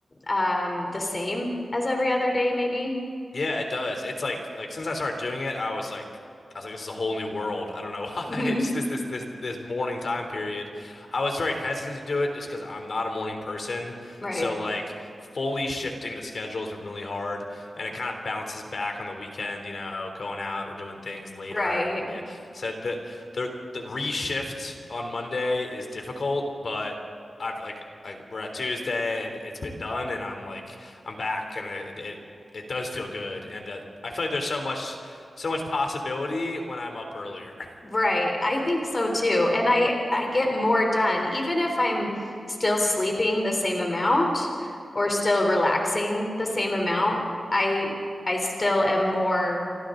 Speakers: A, on the left (about 35°); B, on the left (about 65°).
A: um, the same as every other day, maybe.
B: Yeah, it does. It's like like since I started doing it, I was like I was like this is a whole new world. I don't know <laughs> why.
A: Mhm.
B: It's this this this this morning time period. I was very hesitant to do it just because I'm not a morning person.
A: Right,
B: So like fully shifting the schedule has been really hard and it kind of bounces back on the weekend, you know, going out or doing things later.
A: right,
B: Yeah. So the the the reshift on Monday is difficult, but I've like like we're at Tuesday and it's been done and I'm like I'm back and it, it it does feel good and that I feel like there's so much so much possibility when I'm up earlier. <laughs>
A: right. I think so too. And I I get more done, even if I'm still sleeping the same amount or still relaxing the same amount. I I still am more